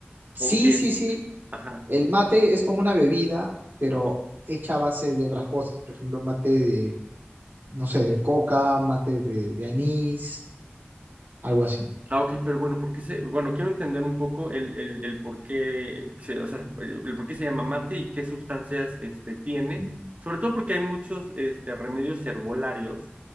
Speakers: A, on the right; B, on the right.
A: sí,
B: ¿O qué
A: sí,
B: es?
A: sí.
B: Ajá.
A: El mate es como una bebida, pero hecha a base de otras cosas. Por ejemplo, mate de, no sé, de coca, mate de, de anís, algo así.
B: Ah, ok, pero bueno, ¿por qué se, bueno, quiero entender un poco el, el, el por qué se, o sea, el por qué se llama mate y qué sustancias este, tiene, sobre todo porque hay muchos este, remedios herbolarios